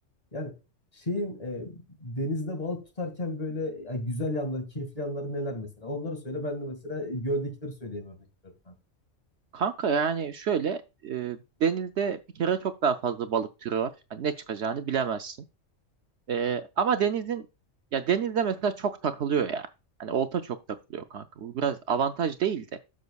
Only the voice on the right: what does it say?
Kanka yani şöyle e, denizde bir kere çok daha fazla balık türü var. Yani ne çıkacağını bilemezsin. E, ama denizin ya denizde mesela çok takılıyor ya. Hani olta çok takılıyor kanka. Bu biraz avantaj değil de.